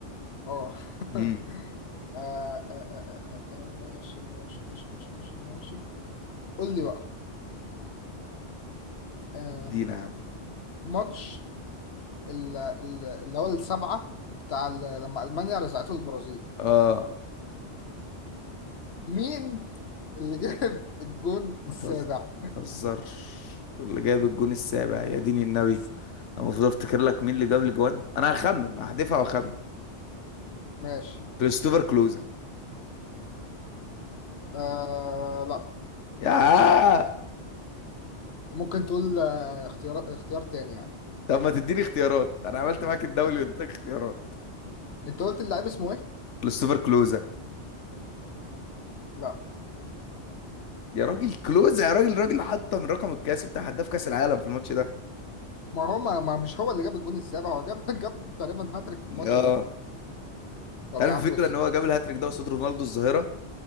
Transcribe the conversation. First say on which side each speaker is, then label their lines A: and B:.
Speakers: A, on the left (about 65°); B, on the left (about 85°).
A: أه <laughs>
B: امم
A: آه آه آه آه آه، آه، ماشي ماشي ماشي ماشي ماشي ماشي قول لي بقى آه
B: ادينا يا عم
A: ماتش ال- ال- اللي هو السبعة بتاع ال- لما ألمانيا رزعته البرازيل
B: اه
A: مين اللي <laughs> جاب الجون
B: ما
A: السابع؟
B: تهزر ما تهزرش اللي جاب الجون السابع يا دين النبي انا المفروض افتكر لك مين اللي جاب الجوان انا هخمن هحدفها واخمن
A: ماشي
B: كريستوفر كلوزا
A: آه لا
B: يا
A: ممكن تقول آه اختيار اختيار تاني يعني
B: طب ما تديني اختيارات انا عملت معاك الدولي واديتك اختيارات
A: انت قلت اللاعب اسمه ايه؟
B: كريستوفر كلوزا
A: لا
B: يا راجل كلوزا يا راجل راجل حطم رقم القياسي بتاع هداف كاس العالم في الماتش ده
A: ما هو ما, ما مش هو اللي جاب الجون السابع هو جاب <laughs> جاب تقريبا هاتريك في الماتش
B: اه
A: ده طب
B: انت عارف
A: يا عم
B: الفكره
A: بص
B: ان هو جاب الهاتريك ده قصاد رونالدو الظاهره